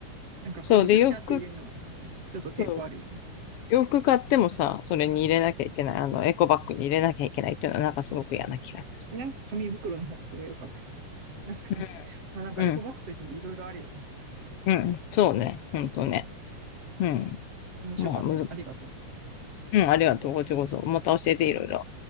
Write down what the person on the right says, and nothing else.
なんかこうぐちゃぐちゃって入れるのはなんかね、
ちょっと抵抗あるよね。
なんか紙袋の方がそれは良かった気がするね。なんかね、
まあなんかエコバッグといってもいろいろあるよね。
面白かったわ。
ありがとう。